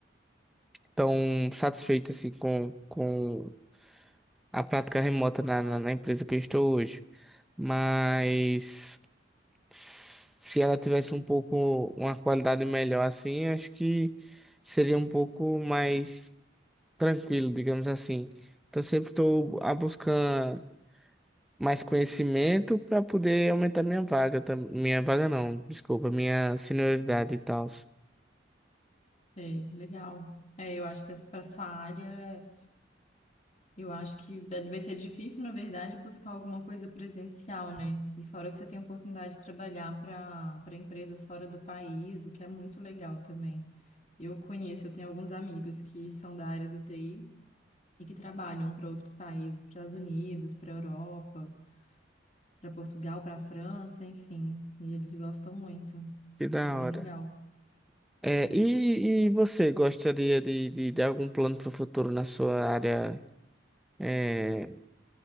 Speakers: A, in the centre; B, on the left (about 35°).
A: tão satisfeito assim com, com a prática remota na, na, na empresa que eu estou hoje. Mas se ela tivesse um pouco uma qualidade melhor assim, acho que seria um pouco mais tranquilo, digamos assim. Então sempre estou a buscar mais conhecimento para poder aumentar minha vaga, tam- minha vaga não, desculpa, minha senioridade e tal.
B: Sei, legal. É, eu acho que para sua área. Eu acho que é, vai ser difícil, na verdade, buscar alguma coisa presencial, né? E fora que você tem a oportunidade de trabalhar para para empresas fora do país, o que é muito legal também. Eu conheço, eu tenho alguns amigos que são da área do TI e que trabalham para outros países, para os Estados Unidos, para a Europa, para Portugal, para a França, enfim. E eles gostam muito.
A: Que da
B: É bem
A: hora.
B: legal.
A: É, e, e você gostaria de, de, de algum plano para o futuro na sua área, é,